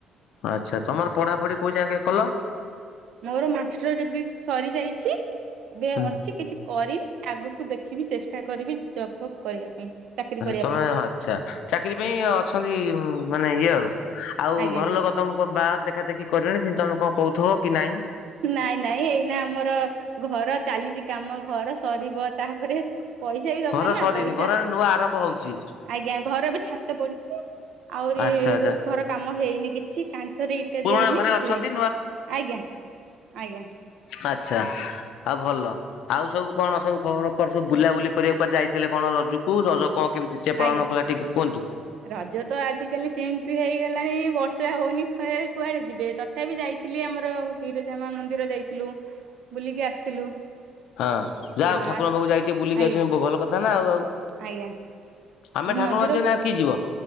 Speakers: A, on the left; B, on the right.
A: ଆଚ୍ଛା ତମର ପଢାପଢି କୋଉ ଯାଏ କଲ?
B: ମୋର ମାଷ୍ଟର ଡିଗ୍ରୀ ସରି ଯାଇଛି ଏବେ
A: ହୁଁ
B: ଅଛି କିଛି କରିବି ଆଗକୁ ଦେଖିବି ଚେଷ୍ଟା କରିବି ଜପ୍ ଫପ୍ କରିବା ପାଇଁ। ଚାକିରି କରିବା
A: ତମେ
B: ପାଇଁ
A: ଆ୍ଛା ଚାକିରି ପାଇଁ ଅଛନ୍ତି। ମାନେ ଇଏ ଆଉ ଆଉ
B: ଆଜ୍ଞା।
A: ଘରଲୋକ ତମକୁ ବାହ ଦେଖା ଦେଖି କରିନଣି କିନ୍ତୁ ତମେ କଣ କହୁଥିବ କି ନାଇଁ।
B: ନାଇଁ ନାଇଁ ଏଇନା ଆମର ଘର ଚାଲିଛି କାମ ଘର ସରିବ ତାପରେ ପଇସା ବି ଦରକାର
A: ଘର
B: ନା
A: ସରିନି
B: ପଇସା
A: ଘର ନୂଆ ଆରମ୍ଭ ହଉଛି
B: ଆଜ୍ଞା ଘର ଏବେ ଛାତ ପଡ଼ୁଛି ଆହୁରି
A: ଆଚ୍ଛା ଆଚ୍ଛା।
B: ଘର କାମ ହେଇନି କି ସେ କାନ୍ଥରେ ଇଟା
A: ପୁରୁଣା
B: ଦିଆହଇନି
A: ଘରେ
B: ସେଥିପାଇଁ
A: ଅଛନ୍ତି
B: ଆଜ୍ଞା ଆଜ୍ଞା।
A: ଆଛା ଆଉ ଭଲ? ଆଉ ସବୁ କଣ ସବୁ ଖବର ସବୁ ବୁଲାବୁଲି କରିବାକୁ ଯାଇଥିଲେ କଣ ରଜକୁ ରଜ କଣ କେମିତି ଟେ ପାଳନ
B: ଆଜ୍ଞା।
A: କଲା ଟିକେ କୁହନ୍ତୁ।
B: ରଜ ତ ଆଜିକାଲି ସେମିତି ହେଇଗଲାଣି ବର୍ଷା ହଉନି କୁଆଡେ ଯିବେ? ତଥାପି ଯାଇଥିଲି ଆମର ବିରଜା ମା ମନ୍ଦିର ଯାଇଥିଲୁ ବୁଲିକି ଆସିଥିଲୁ।
A: ହଁ ଯା ଆଉ
B: ଆ
A: ଠାକୁରଙ୍କ ପାଖକୁ ଯାଇକି ବୁଲିକି
B: ଆଜ୍ଞା
A: ଆସିଛନ୍ତି ଭଲ କଥା ନା ଆଉ ଆଉ।
B: ଆଜ୍ଞା
A: ଆମେ ଠାକୁରଙ୍କ
B: ମନ୍ଦିର
A: ପାଖକୁ ଯିବାନି ଆଉ କିଏ ଯିବ?